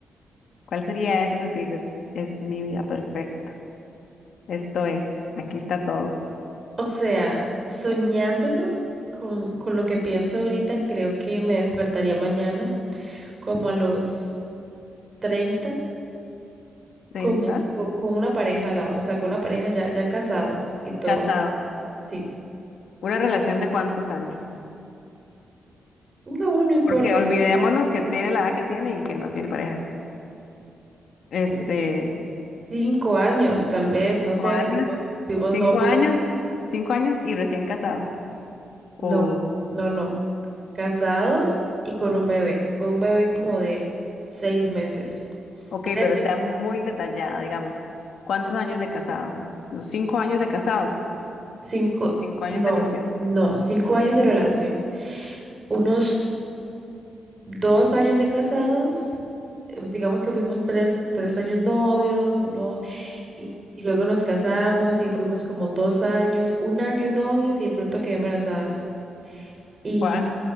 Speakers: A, on the left; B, on the right.
A: ¿cuál sería eso que usted dice? Es, es mi vida perfecta. Esto es, aquí está todo.
B: O sea, soñándolo con, con lo que pienso ahorita, creo que me despertaría mañana como a los 30
A: treinta
B: con, mis- con con una pareja al lado, o sea, con una pareja ya, ya casados y todo.
A: Casados.
B: Sí.
A: ¿Una relación de cuántos años?
B: No, no importa,
A: Porque olvidémonos
B: mamá.
A: que tiene la edad que tiene y que no tiene pareja. Este,
B: Pues cinco años, tal vez, no sé,
A: cinco años,
B: fuimos, fuimos
A: cinco
B: novios.
A: años, cinco años y recién casados.
B: No,
A: O,
B: no, no. Casados y con un bebé, con un bebé como de seis meses.
A: ok,
B: Tres,
A: pero sea muy detallada, digamos. ¿Cuántos años de casados? ¿Los cinco años de casados?
B: cinco,
A: ¿Los cinco años
B: no,
A: de relación?
B: no, cinco años de relación. unos dos años de casados, eh, pues, digamos que fuimos tres, tres años novios o no, y, y luego nos casamos y fuimos como dos años, un año novios y de pronto quedé embarazada. Y,
A: Guau,